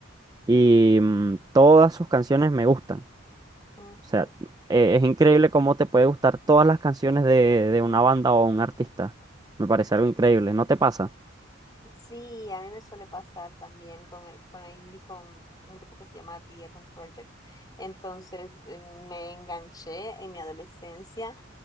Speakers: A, on the right; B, on the left.
A: y mm, todas sus canciones me gustan.
B: Ujú.
A: O sea, eh, es increíble cómo te puede gustar todas las canciones de, de una banda o un artista. Me parece algo increíble, ¿no te pasa?
B: Sí, a mí me suele pasar también con, el- con la indie, con un grupo que se llama The Eden Project. Entonces eh, me enganché en mi adolescencia,